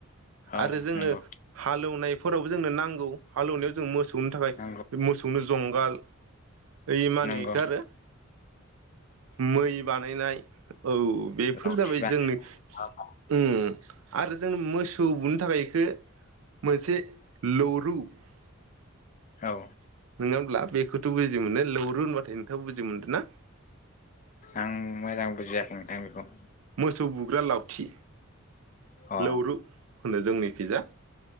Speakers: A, on the left (about 35°); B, on the right (about 75°).
A: औ
B: आरो जोनो
A: नंगौ
B: हालौवनाय फोरावबो जोंनो नांगौ हालौनायाव जों मोसौ दुमनो थाखाय
A: नंगौ
B: बे मोसौनो जंगाल ओइ मा होनो
A: नंगौ
B: इखौ आरो मै बानायनाय औ बेफोर
A: लावथि
B: जाबाय जोंनि
A: बानाय
B: उम आरो जों मो सौ बुनो थाखाय इखौ मोनसे लौरु नोङा
A: औ
B: होमब्ला बेखौथ' बु मोननो लौरु होनबाथाय नोंथाङा बुजि मोनदों ना
A: आं मोजां बुजियाखै नोंथां बेखौ
B: मोसौ बुग्रा लावथि
A: अ
B: लौरु होनो जोंनि खिजा